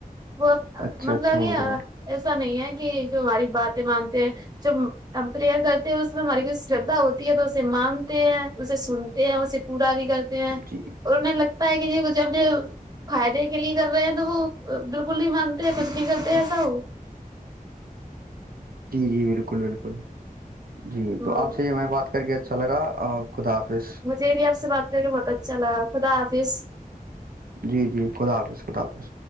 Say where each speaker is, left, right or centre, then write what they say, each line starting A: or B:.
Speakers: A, on the right; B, on the right.
A: وہ
B: اچھا
A: مطلب
B: اچھا
A: یہ
B: محترم
A: ایسا نہیں ہے کہ جو ہماری باتیں مانتے ہیں ج کمپیئر کرتے ہیں اس ہماری شردھا ہوتی ہے تو اسے مانتے ہیں اسے سنتے ہیں اسے پورا بھیل اور
B: جی
A: انہیں لگتا ہے کہ یہ جب یہ فائدے کے لیے کر رہے ہیں تو وہ بالکل نہیں مانتے ہیں کچھ نہیں کرتے ایسا وہ
B: جی جی بالکل بالکل جی تو
A: ہ
B: آپ سے میں بات کر کے اچھا اچھا لگا خدافظ
A: مجھے یہ بھی آپ سے بات کر کے بہت اچھا لگا خدا حافظ
B: جی جی خدا حاظ خدا حافظ